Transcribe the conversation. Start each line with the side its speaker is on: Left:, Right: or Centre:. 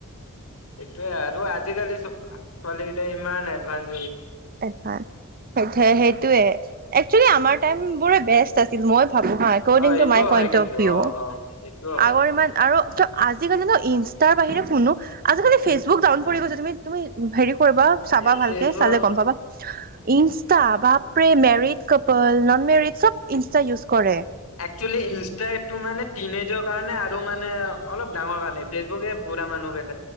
Left: সেইটোৱে আৰু আজ আজিকালি চো-ছোৱালী কেইটা ইমান এডভান
Right: এডভান সেই-সেইটোয়ে। একচেলি আমাৰ টাইম বোৰে বেষ্ট আছিল। মই ভাবোঁ হা, একৰডিং
Left: অ' এইটোও
Right: টো মাই পইণ্ট
Left: হয় কিন্তু
Right: অফ ভিউ,
Left: অ' অ' এইটোও হয়।
Right: আগৰ ইমান আৰু <unintelligible> আজিকলি ন! ইনচ তাৰ বাহিৰে শুনো, আজিকালি ফেচবুক ডাউন পৰি গৈছে, তুমি-তুমি হেৰি কৰিবা। চাবা
Left: এই
Right: ভালকে
Left: ফেচবুক
Right: চালে <unintelligible> ইনষ্টা, বাপৰে মেৰিড কপল, ন'ন মেৰিড, চব ইনষ্টা ইউজ কৰে।
Left: একচুৱেলি, ইনষ্টাটো মানে, টিনেজৰ কাৰণে, আৰু মানে অলপ ডাঙৰ কাৰণে, ফেচবুকে বুঢ়া মানুহ <unintelligible>